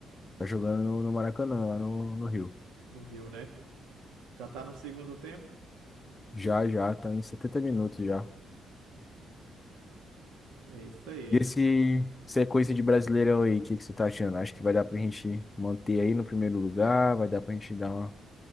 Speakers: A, on the left (about 25°); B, on the right (about 90°).
A: Tá jogando no, no Maracanã, lá no, no Rio.
B: No Rio, né? Já tá no segundo tempo?
A: Já, já, tá em 70 minutos já.
B: É isso aí.
A: E esse sequência de Brasileirão aí, o que, que você tá achando? Acho que vai dar pra gente manter aí no primeiro lugar, vai dar pra gente dar uma,